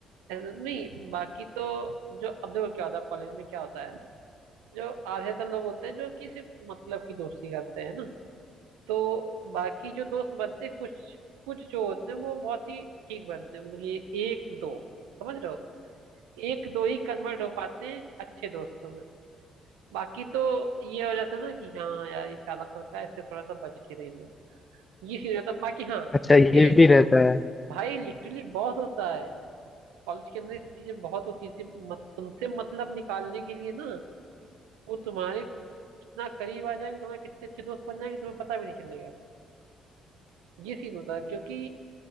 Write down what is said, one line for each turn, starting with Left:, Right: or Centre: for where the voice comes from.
Right: ऐसे तो नहीं बाकी तो जो अब देखो क्या होता है कॉलेज में क्या होता है जो आधे तो लोग होते हैं जो कि सिर्फ मतलब की दोस्ती करते हैं ना तो बाकी जो दोस्त बनते हैं कुछ कुछ जो होते हैं वो बहुत ही ठीक बनते हैं मतलब कि एक दो समझ रहे हो एक दो ही कन्वर्ट हो पाते हैं अच्छे दोस्तों में बाकी तो ये हो जाता है ना कि हाँ यार ये चालाक लड़का है इससे थोड़ा सा बच के रहना ये सीन हो जाता है। बाकी हाँ
Left: अच्छा
Right: इसके
Left: ये भी रहता है
Right: भाई लिटरली बहुत होता है कॉलेज के अंदर ये सब चीजें बहुत होती है सिर्फ मत, तुमसे मतलब निकालने के लिए ना वो तुम्हारे कितना करीब आ जाएंगे तुम्हारे कितने अच्छे दोस्त बन जाएंगे तुम्हें पता भी नहीं चलेगा ये सीन होता है क्योंकि